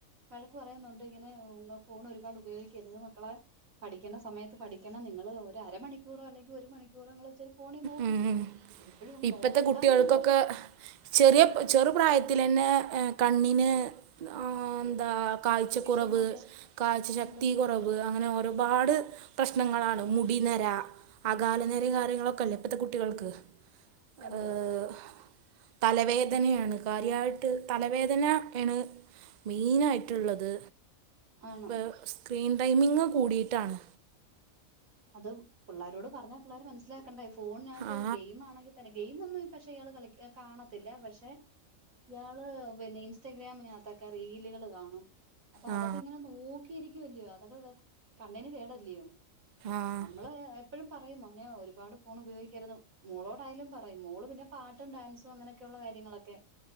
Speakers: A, on the right; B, on the right.
A: വഴക്ക് പറയുന്നുണ്ട് ഇങ്ങനെ ഹ് ഫോൺ ഒരുപാട് ഉപയോഗിക്കരുത് മക്കളെ പഠിക്കണ്ടസമയത്ത് പഠിക്കണം നിങ്ങൾ ഒരു അരമണിക്കൂറോ അല്ലെങ്കി ഒരു മണിക്കൂറോങ്ങള്ച്ചിരി ഫോണി നോക്കിക്കോ
B: ഉം
A: എപ്പോഴും അങ്ങ്
B: ഇപ്പത്തെ
A: നോക്കണ്ടാന്ന്
B: കുട്ടികൾക്കൊക്കെ
A: നമ്മള് പോ
B: ചെറിയ ചെറുപ്രായത്തിലന്നെ കണ്ണിന് ആഹ് ന്താ കാഴ്ചക്കുറവ്
A: വിഷയം കൊണ്ട്
B: കാഴ്ച ശക്തി
A: ഉണ്ട്
B: കുറവ് വ് അങ്ങനെ ഒരുപാട് പ്രശ്നങ്ങളാണ് മുടിനര അകാലനെരിം കാര്യങ്ങളൊ ക്കല്ലെ ഇപ്പത്തെ കുട്ടികൾക്ക്
A: ഉണ്ട്
B: ആഹ് തലവേദനിയാണ് കാര്യയിട്ട് തലവേദന ഏണ് മെയിനായ്‌ട്ട്ള്ളത്
A: ആണ്
B: പ്പ സ്ക്രീൻ ടൈമിങ് കൂടിയിട്ടാണ്
A: അത് പിള്ളാരോട് പറഞ്ഞാ പിള്ളേര് മനസ്സ്ലാക്കണ്ടേ ഫോൺനകത്ത്
B: ആ
A: ഗെയിം ആണെങ്കി ക്കെണ് ഗെയിം ഒന്നും പക്ഷെ ഇയാള് കളി കാണത്തില്ല പക്ഷെ യാ യാള് പിന്ന ഇൻസ്റ്റഗ്രാമിനകത്തൊക്കേ റീലുകള് കാണും അപ്പോ
B: ആ
A: അതൊക്കങ്ങനെ നോ ക്കിരിക്കുവല്ലയോ അതൊക്കെ ക് കണ്ണിന് കേടല്ലയോ
B: ആ
A: അമ്മള് എ പ്പഴും പറയും മോനേ ഒരുപാട് ഫോണ് ഉപയോഗിക്കരുത് മോളോടായാലും പറയും മോള് പിന്നെ പാട്ടും ഡാൻസും അങ്ങനൊക്കെയുള്ള കാര്യങ്ങളൊക്കെ